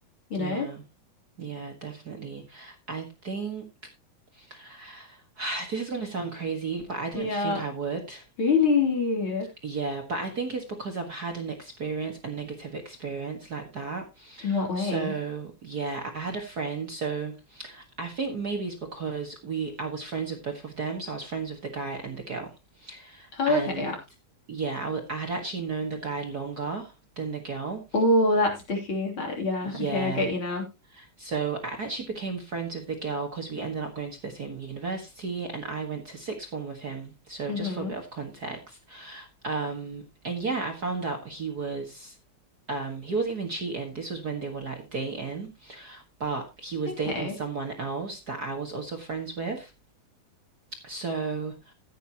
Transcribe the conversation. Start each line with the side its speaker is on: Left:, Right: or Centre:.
Left: you
Right: yeah.
Left: know?
Right: Yeah, definitely. I think <sighs> this is going to sound crazy, but I don't
Left: Yeah,
Right: think I would.
Left: really.
Right: Yeah, but I think it's because I've had an experience, a negative experience like that.
Left: In what way?
Right: So, yeah, I had a friend. So, I think maybe it's because we I was friends with both of them. So, I was friends with the guy and the girl.
Left: Oh,
Right: And
Left: okay, yeah.
Right: yeah, I wa- I had actually known the guy longer than the girl.
Left: Oh, that's sticky. That, yeah,
Right: Yeah.
Left: okay, I get you now.
Right: So I actually became friends with the girl because we ended up going to the same university and I went to sixth form with him. So
Left: Mm-hmm.
Right: just for a bit of context. Um, and yeah, I found out he was um he wasn't even cheating. This was when they were like dating, but he was
Left: Okay.
Right: dating someone else that I was also friends with. So